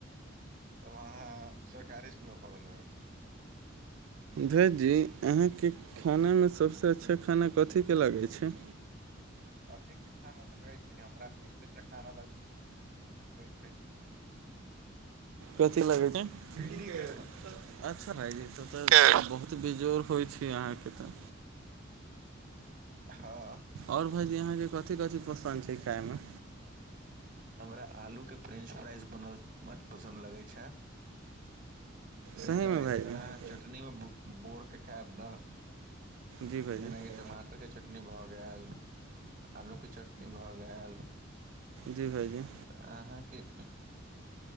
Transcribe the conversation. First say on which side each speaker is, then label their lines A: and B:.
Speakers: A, on the right (about 45°); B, on the right (about 85°).
A: तब अहाँ सरकारी स्कुलमे पढ़ल हो ह
B: भाईजी अहाँके खानामे सभसँ अच्छा खाना कथीके लागैत छै
A: <inaudible> कथिके खाना लगै छै हमरा सब <inaudible> खाना छै
B: कथि लगे छैय
A: भिंडी के
B: अच्छा भाायजी तऽ तऽ बहुत बेजोड़ होइ छै अहाँके तऽ
A: हँ
B: आओर भाजी अहाँके कथी कथी पसन्द छै खाइमे
A: हमरा आलूके फ्रेंच फ्राइज बनल पसन्द लगैत छै फ्रेंच
B: सहीमे
A: फ्राइज
B: भाइजी
A: अगर अहाँ चटनीमे बोर कऽ खायब नऽ
B: जी भाइजी
A: जेनाकि टमाटर के चटनी भए गेल आलू के चटनी भए गेल
B: जी भाइजी
A: तऽ अहाँके